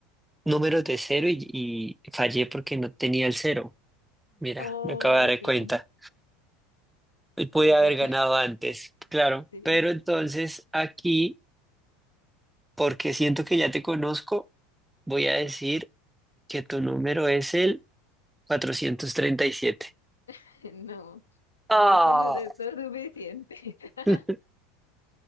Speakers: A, in the centre; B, on the left.
A: números de cero y, y fallé porque no tenía el cero. Mira,
B: Oh,
A: me acabo de dar
B: ok.
A: cuenta. Y pude
B: Perdiste.
A: haber ganado antes, claro.
B: Sí.
A: Pero entonces aquí, porque siento que ya te conozco, voy a decir que tu número es el cuatrocientos treinta y siete
B: <laughs> No, no
A: Ah,
B: me conoces lo suficiente. <laughs>
A: <laughs>